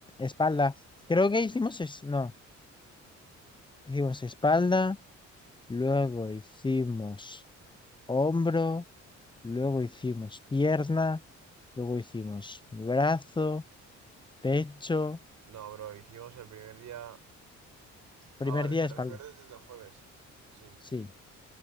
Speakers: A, on the left; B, on the right.
A: espalda. Creo que hicimos es, no, hicimos espalda, luego hicimos hombro, luego hicimos pierna, luego hicimos brazo, pecho.
B: No, bro, hicimos el primer día...
A: Primer
B: Ah, vale,
A: día
B: te
A: espalda.
B: refieres desde el jueves. Sí.
A: Sí.